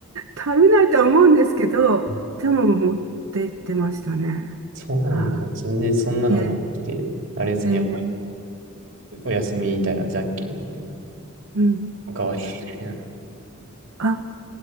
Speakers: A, on the right (about 75°); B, on the right (about 60°).
A: 食べないとは思うんですけど、
B: うん
A: でも持って行ってましたね。
B: そうなんだ。
A: はあ、
B: 全然そんなのはなくて、
A: え
B: あれですね、
A: え、ええ、
B: やっぱりお休みいたらじゃんけんで、
A: うん。
B: おかわりみたいな。
A: あ、